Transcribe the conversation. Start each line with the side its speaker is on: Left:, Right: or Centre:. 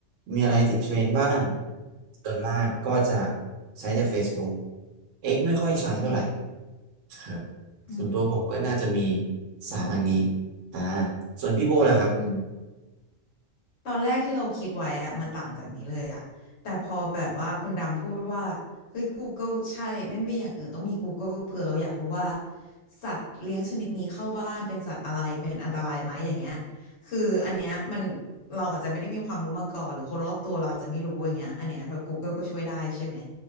Right: มีอะไรติดเทรนด์บ้างส่วนมากก็จะใช้แต่ Facebook X ไม่ค่อยใช้เท่าไหร่
Left: อัปเดต
Right: ครับ
Left: อืม
Right: ส่วนตัวผมก็น่าจะมีสามอันนี้อ่าส่วนพี่โบล่ะครับ
Left: อืม ตอนแรกที่เราคิดไว้อะมันต่างจากนี้เลยอะแต่พอแบบว่าคุณดำพูดว่าเฮ้ย Google ใช่ไม่มีอย่างอื่นต้องมี Google เผื่อเราอยากรู้ว่าสัตว์เลี้ยงชนิดนี้เข้าบ้านเป็นสัตว์อะไรเป็นอันตรายไหมอย่างเงี้ยคืออันเนี้ยมันเราอาจจะไม่ได้มีความรู้มาก่อนหรือคนรอบตัวเราอาจจะไม่รู้อย่างเงี้ยอันเนี้ยแบบ Google ก็ช่วยได้ใช่ไหม